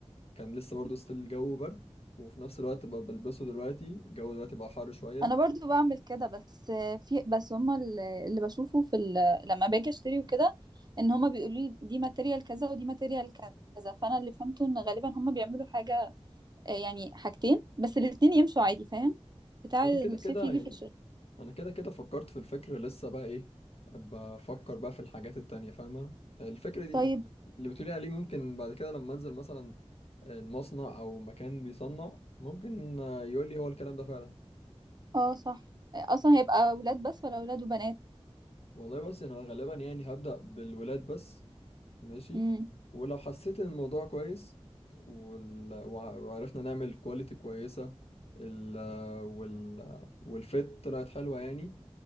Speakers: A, on the left; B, on the right.
A: كان لسه برضه ستيل الجو برد وفي نفس الوقت ب- بلبسه دلوقتي الجو دلوقتي بقى حر شويه
B: انا برضو بعمل كده بس في بس هما ال- اللي بشوفه في ال... لما باجي اشتري وكده ان هما بيقولوا لي دي ماتيريال كذا ودي ماتيريال كذا فانا اللي فهمته ان غالبا هما بيعملوا حاجة آه، يعني حاجتين بس الاتنين يمشوا عادي فاهم بتاع
A: وانا
B: الصيف
A: كده كده
B: يجي
A: يعني
B: في الشتاء
A: انا كده كده فكرت في الفكرة لسه بقى ايه بفكر بقى في الحاجات التانية فاهمة الفكرة دي
B: طيب
A: اللي بتقولي عليه ممكن بعد كده لما انزل مثلا المصنع او مكان بيصنع ممكن يقول لي هو الكلام ده فعلا
B: اه صح آه، اصلا هيبقى اولاد بس ولا اولاد وبنات
A: والله بس انا غالبا يعني هبدأ بالولاد بس ماشي
B: امم
A: ولو حسيت ان الموضوع كويس وال... وع- وعرفنا نعمل كواليتي كويسة ال... وال... والفيت طلعت حلوة يعني